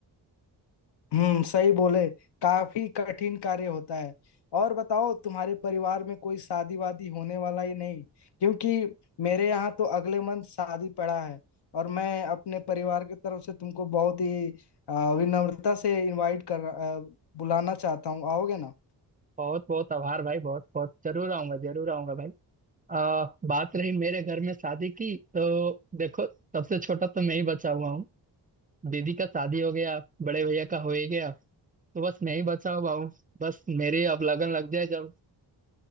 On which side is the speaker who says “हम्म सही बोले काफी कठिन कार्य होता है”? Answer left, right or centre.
Left